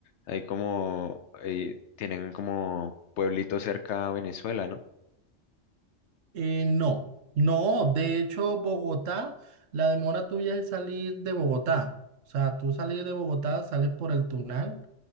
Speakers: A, on the left; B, on the right.
A: hay como, eh, tienen como pueblito cerca a Venezuela, ¿no?
B: Eh, no, no, de hecho Bogotá, la demora tuya es salir de Bogotá. O sea, tú salir de Bogotá, sales por el Tunal